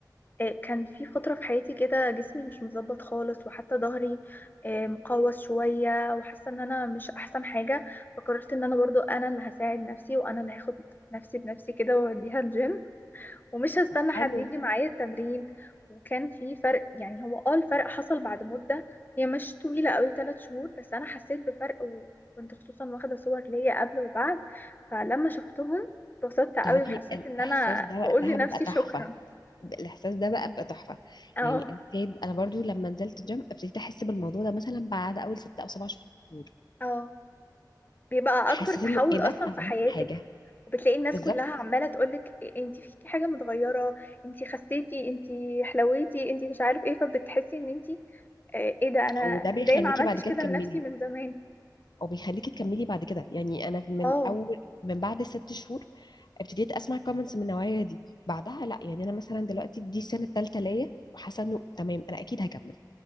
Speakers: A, on the left (about 25°); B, on the left (about 70°).
A: آه، كان في فترة في حياتي كده جسمي مش متظبط خالص وحتى ظهري آه، مقوس شوية وحاسة ان انا مش احسن حاجة فقررت ان انا برضو انا اللي هساعد نفسي وانا اللي هاخد نفسي بنفسي كده واوديها الجيم ومش هستنى
B: طب حلو
A: حد يجي معايا التمرين وكان في فرق يعني هو اه الفرق حصل بعد مدة هي مش طويلة قوي ثلاث شهور بس انا حسيت بفرق وكنت خصوصا واخدة صور ليا قبل وبعد فلما شفتهم اتبسطت قوي
B: تعرفي
A: وحسيت
B: الاحساس
A: ان انا
B: ده وقتها
A: بقول لنفسي
B: بيبقى تحفه
A: شكرا
B: الاحساس ده بقى بيبقى تحفه
A: <laughs> اه
B: يعني ابتديت انا برضو لما نزلت جيم ابتديت احس بالموضوع ده مثلا بعد اول ست او سبع شهور
A: اه بيبقى
B: حسيت
A: اكبر تحول
B: انه ايه ده
A: اصلا
B: انا
A: في
B: عملت
A: حياتك
B: حاجه
A: وبتلاقي الناس
B: بالظبط
A: كلها عماله تقولك انتي فيكي حاجه متغيره انتي خسيتي انتي حلويتي انتي مش عارف ايه فبتحسي ان انتي آه، ايه ده انا
B: وده بيخليكي
A: ازاي ما عملتش
B: بعد كده
A: كده
B: تكملي
A: لنفسي من زمان
B: او بيخليكي تكملي بعد كده يعني انا من
A: اه
B: اول من بعد ست شهور ابتديت اسمع كومنتس من النوعيه دي بعدها لا يعني انا مثلا دلوقتي دي السنه الثالثه ليا وحاسه انه تمام انا اكيد هكمل